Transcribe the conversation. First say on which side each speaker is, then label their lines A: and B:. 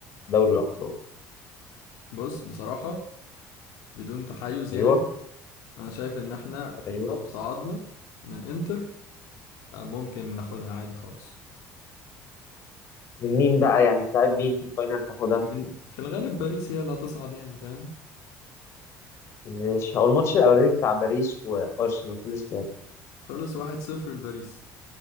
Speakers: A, on the left (about 50°); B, on the left (about 80°).
A: دوري الأبطال
B: بص بصراحة بدون تحيز
A: أيوه
B: يعني انا شايف ان احنا
A: أيوه
B: لو صعدنا من انتر آه، ممكن ناخدها عادي خالص
A: من مين بقى يعني بتاع مين في الفاينل تاخدها؟
B: من في الغالب باريس هي اللي هتصعد يعني فاهم
A: مش هو الماتش الأولاني بتاع باريس وأرسنال خلص كام؟
B: خلص واحد صفر لباريس